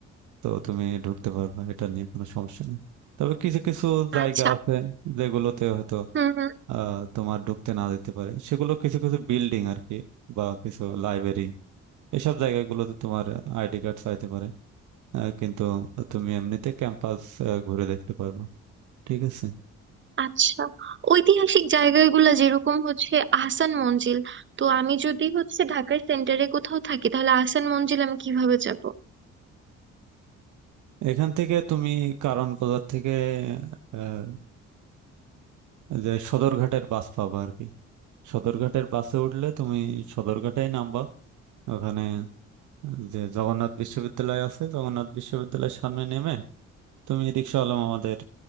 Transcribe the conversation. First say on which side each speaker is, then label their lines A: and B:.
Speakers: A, on the right; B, on the right.
A: তো তুমি ঢুকতে পারবে এটা নিয়ে কোনো সমস্যা নেই তবে কিছু কিছু জায়গা
B: আচ্ছা
A: আছে যেগুলোতে হয়তো
B: হুম হুম
A: আহ, তোমার ঢুকতে না দিতে পারে সেগুলো কিছু কিছু বিল্ডিং আর কি বা কিছু লাইব্রেরি এসব জায়গাগুলোতে তোমার আইডি কার্ড চাইতে পারে আহ, কিন্তু তুমি এমনিতে ক্যাম্পাস ঘুরে দেখতে পারবে ঠিক আছে
B: আচ্ছা ঐতিহাসিক জায়গাগুলো যেরকম হচ্ছে আহসান মঞ্জিল তো আমি যদি হচ্ছে ঢাকার সেন্টারে কোথাও থাকি তাহলে আহসান মঞ্জিল আমি কিভাবে যাব
A: এখান থেকে তুমি কারণ বাজার থেকে আহ, যে সদরঘাটের বাস পাবা আর কি সদরঘাটের বাসে উঠলে তুমি সদরঘাটেই নামবা ওখানে যে জগন্নাথ বিশ্ববিদ্যালয় আছে জগন্নাথ বিশ্ববিদ্যালয়ের সামনে নেমে তুমি রিক্সাওয়ালা আমাদের